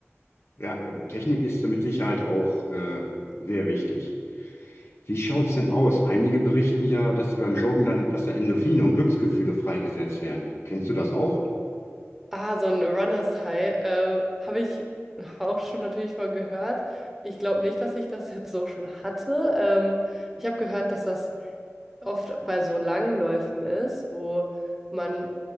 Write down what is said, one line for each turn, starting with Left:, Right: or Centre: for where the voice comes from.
Left: Ja, ähm, Technik ist da mit Sicherheit auch äh, sehr wichtig. Wie schaut's denn aus? Einige berichten ja, dass sie beim Joggen dann, dass da Endorphine und Glücksgefühle freigesetzt werden. Kennst du das auch?
Centre: Ah, so ein Runners High, äh, habe ich auch schon natürlich mal gehört. Ich glaube nicht, dass ich das jetzt so schon hatte. Ähm, ich habe gehört, dass das oft bei so langen Läufen ist, wo man